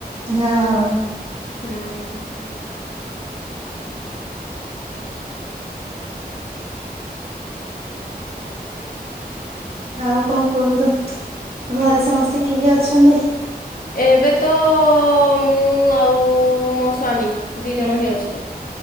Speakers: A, on the right; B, on the left.
A: ହଁ
B: - ହୁଁ
A: ଆଉ କଣ କହନ୍ତୁ ଘରେ ସମସ୍ତେ କିଏ କିଏ ଅଛନ୍ତି?
B: ଏବେ ତ ମୁଁ ଆଉ ମୋ ସ୍ଵାମୀ ଦି ଜଣ ହିଁ ଅଛୁ।